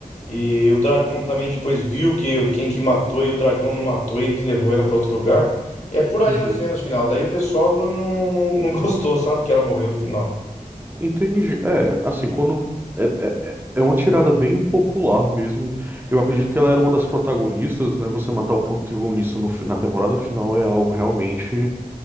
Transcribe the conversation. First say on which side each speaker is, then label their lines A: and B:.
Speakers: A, on the left; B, on the right.
A: E o dragão também depois viu que quem que matou e o dragão não matou, ele levou ela pra outro lugar. É por aí
B: uhum.
A: mais ou menos o final. Daí o pessoal não, não, não, não gostou, sabe? Que ela morreu no final.
B: Entendi. É, assim, quando. É, é, é é uma tirada bem popular mesmo. Eu acredito que ela era uma das protagonistas, né? Você matar o protagonista no fi- na temporada final é algo realmente